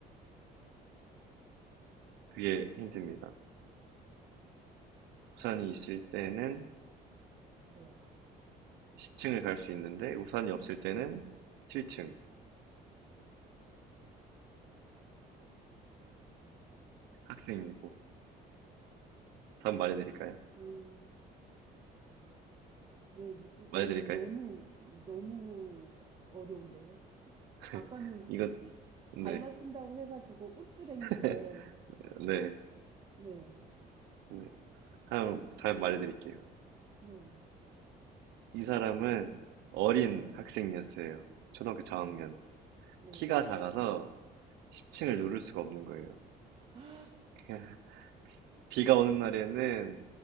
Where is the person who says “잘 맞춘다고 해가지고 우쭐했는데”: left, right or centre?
Right